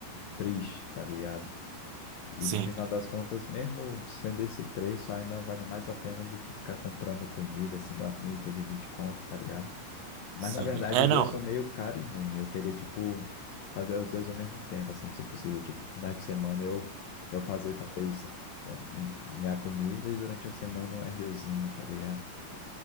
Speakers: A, on the left; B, on the right.
A: triste, tá ligado? E
B: Sim,
A: no final das contas, mesmo sendo esse preço, ainda vale mais a pena do que ficar comprando comida, assim, marmita de 20 conto, tá ligado? Mas
B: sim.
A: na verdade,
B: É,
A: os
B: não.
A: dois são meio caro e ruim. Eu queria, tipo, fazer os dois ao mesmo tempo, assim, se possível. Tipo, final de semana eu, eu fazer talvez um- minha comida e durante a semana um RUzinho, tá ligado?